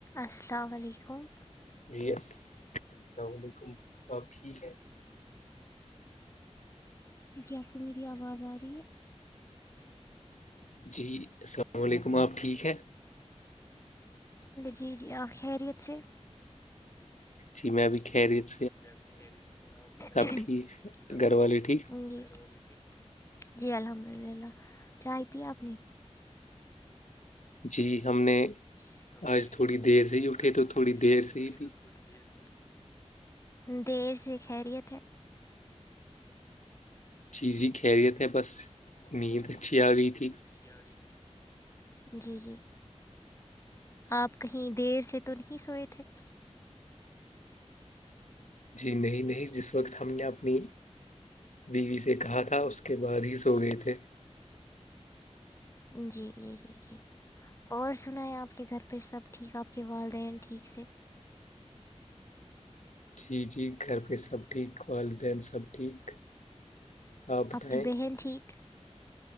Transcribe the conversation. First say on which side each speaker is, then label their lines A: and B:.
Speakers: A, on the left; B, on the left.
A: السلام علیکم
B: جی یس اللام علیکم آب ٹھیک ہے
A: جی آپ کو میری آواز آ رہی ہے
B: جی السلام علیکم آپ ٹھیک ہے
A: جی جی آپ کی خیریت سے
B: جی میں بھی خھیریت
A: میں بھی خہ رہی تھی آپ
B: ٹھیک
A: سب
B: گھر والے ٹھیک
A: گھر والی یک جی الحمد للہ چائے پیا آپ نے
B: جی ہم نے
A: جی ہم
B: آج
A: نے
B: تھوڑی دیر سے ہی اٹھے
A: آج
B: تو
A: تھوڑی دیر سے اٹھے
B: ہی بھی
A: تو تھوڑی دیر سے دیر سے خیریت ہے
B: چیزیں کہریے تھے بس نیند اچھی آ گئی تھی
A: ا ت جی جی آپ کہیں دیر سے تو نہیں سوئے تھے
B: جی نہیں نہیں جس وقت ہم نے اپنی بیوی سے کہا تھا اس کے بعد ہی سو گئے تھے
A: جی جی جی جی اور سنا ہے آپ کے گھر پہ سب ٹھیک آپ کے والدین ٹھیک سے
B: جی جی گھر پہ سب ٹھیک والدین سب ٹھیک آپ بتائیں
A: کی بہن ٹھیک